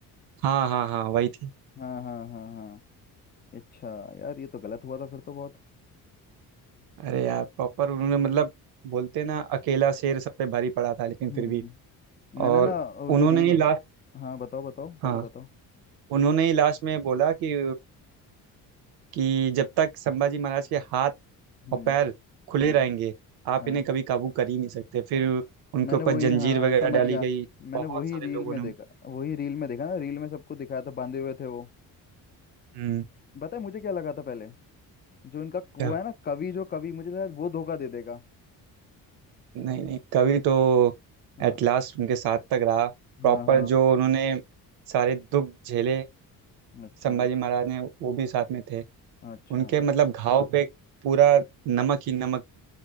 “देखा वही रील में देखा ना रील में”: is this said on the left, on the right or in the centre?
Left